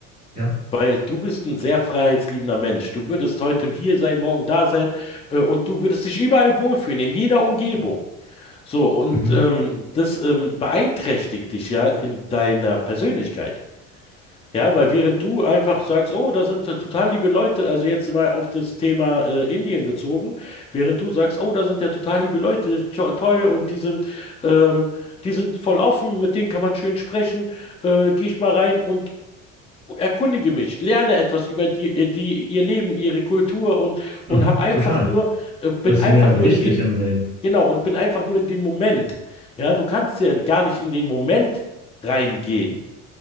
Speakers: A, on the right; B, on the left.
A: Ja,
B: Weil du bist ein sehr freiheitsliebender Mensch. Du würdest heute hier sein, morgen da sein, äh, und du würdest dich überall wohlfühlen, in jeder Umgebung. So, und
A: mhm.
B: ähm, das ähm, beeinträchtigt dich ja in deiner Persönlichkeit. Ja, weil während du einfach sagst, oh, da sind äh, total liebe Leute, also jetzt mal auf das Thema äh, Indien bezogen, während du sagst, oh, da sind ja total liebe Leute, to toll, und die sind, ähm, die sind voll offen, mit denen kann man schön sprechen, äh, gehe ich mal rein und erkundige mich, lerne etwas über die, äh, die, ihr Leben, ihre Kultur und, und
A: Mhm.
B: hab einfach
A: Total.
B: nur, äh, bin
A: Das
B: einfach
A: ist mir
B: nur
A: wichtig
B: in dem,
A: im Leben.
B: genau, und bin einfach nur in dem Moment. Ja, du kannst ja gar nicht in den Moment reingehen,